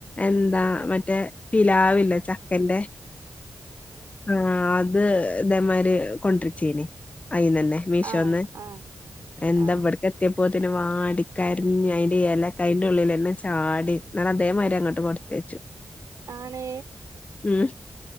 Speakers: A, on the left (about 25°); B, on the right (about 85°).
A: എന്താ മറ്റേ പിലാ വില്ലേ ചക്കന്റെ ആഹ് അത് ഇതേമാരി കൊണ്ടുര് ച്ചേനി അയ് ന്നെ ന്നെ മീഷോന്ന്
B: ആഹ് ആഹ്
A: എന്താ
B: ആഹ്
A: ഇവിടക്ക ഇവിടെ എത്തിപ്പോ ത്തി നും വാടിക്കര് ഞ്ഞ ഡി അയ് ന്റെറെ എല്ല കൈന്റെ ഉള്ളില ന്നെ വാടി ഞാ അതേമാരി അങ്ങോട്ട് കൊടുത്തയച്ചു
B: ആണ്
A: ഉം